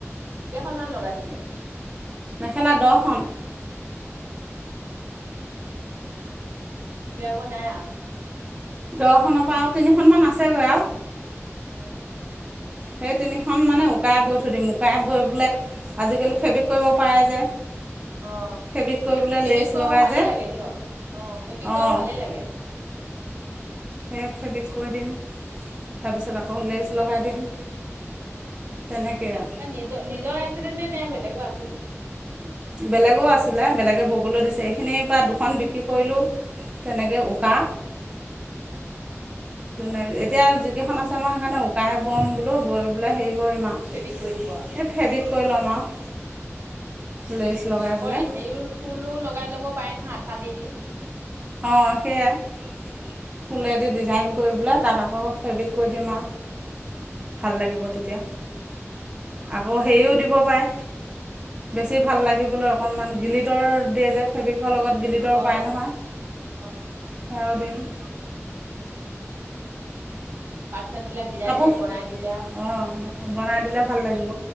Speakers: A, on the right (about 55°); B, on the right (about 25°).
A: কেইখনমান লগাইছিলে?
B: মেখেলা দহখন।
A: অ দিয়া গৈ নাই আৰু
B: দহখনৰ পৰা আৰু তিনিখনমান আছেগৈ আৰু।
A: অঁ।
B: সেই তিনিখন মানে উকাই বৈ থৈ দিম উকাই বৈ বোলে আজিকালি ফেব্ৰিক কৰিব পাৰে যে।
A: অ
B: ফেব্ৰিক কৰি পেলাই
A: ফেব্ৰিক
B: লেজ
A: কৰাও
B: লগাই
A: ভালে
B: যে
A: লাগে দিয়ক অ ফেব্ৰিক কৰাও
B: অঁ।
A: ভালে লাগে
B: সে ফেব্ৰিক কৰি দিম তাৰপিছত
A: অ
B: আকৌ লেজ লগাই দিম।
A: অ,
B: তেনেকেই আৰু
A: এ নিজৰ নিজৰে আছিলে নে বেলেগৰ আছিল?
B: বেলেগো আছিলে বেলেগে ব'বলৈ দিছে, এইখিনিৰ পৰা দুখন বিক্ৰী কৰিলো। তেনেকৈ উকা।
A: অ <inaudible>
B: যোনে এতিয়া যিকেইখন আছে মই সেইকাৰণে উকাই বম বোলো বৈ বোলে হেৰি কৰিম আৰু।
A: ফেব্ৰিক কৰি দিব আৰু।
B: এই ফেব্ৰিক কৰি ল'ম আৰু।
A: অ
B: লেচ লগাই
A: আকৌ
B: পেলাই
A: হেৰিও ফুলো লগাই লব পাৰে নহয় আঠা দি দি।
B: অঁ সেয়াই ফুলেদি ডিজাইন কৰিবলৈ তাত আকৌ
A: অ
B: ফেব্ৰিক কৰি দিম আৰু। ভাল লাগিব তেতিয়া, আকৌ সেও দিব পাৰে বেছি ভাল লাগিবলৈ অকণমান গিলিটৰ দিয়ে যে ফেব্ৰিকৰ লগত গিলি টৰ
A: অ অ
B: পায় নহয়
A: অ অ
B: সেয়াও দিম।
A: পাট চাত বিলাক ডিজাইন
B: কাপোৰ
A: কৰি বনাই দিলে আৰু
B: অঁ বনাই দিলে ভাল লাগিব।